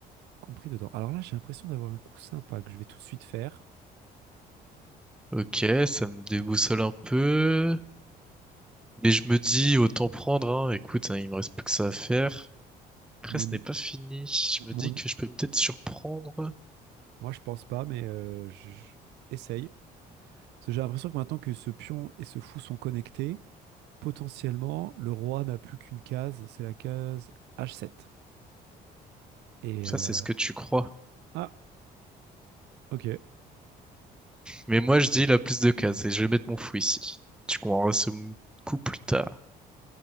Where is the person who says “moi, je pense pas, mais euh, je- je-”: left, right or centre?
Right